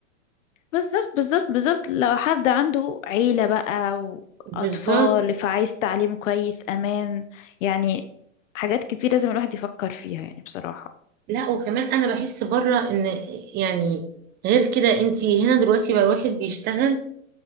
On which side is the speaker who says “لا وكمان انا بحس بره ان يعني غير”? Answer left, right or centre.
Right